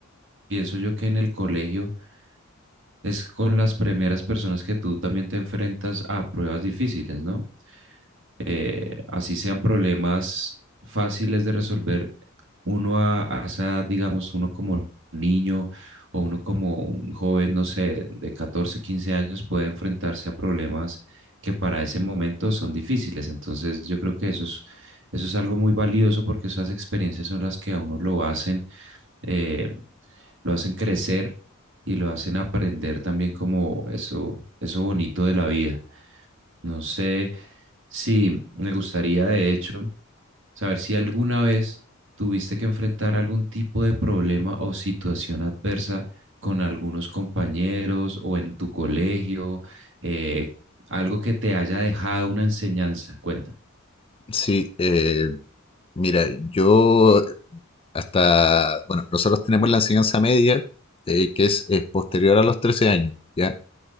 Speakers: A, on the right; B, on the left.
A: pienso yo que en el colegio es con las primeras personas que tú también te enfrentas a pruebas difíciles, ¿no? eh, así sean problemas fáciles de resolver, uno a, a esa edad, digamos, uno como niño o uno como un joven, no sé, de 14 15 años, puede enfrentarse a problemas que para ese momento son difíciles. Entonces, yo creo que eso es, eso es algo muy valioso porque esas experiencias son las que a uno lo hacen, eh, lo hacen crecer y lo hacen aprender también como eso, eso bonito de la vida. No sé si me gustaría, de hecho, Saber si alguna vez tuviste que enfrentar algún tipo de problema o situación adversa con algunos compañeros o en tu colegio, eh, algo que te haya dejado una enseñanza. Cuéntame.
B: Sí, eh, mira, yo hasta, bueno, nosotros tenemos la enseñanza media, eh, que es, es posterior a los 13 años, ¿ya?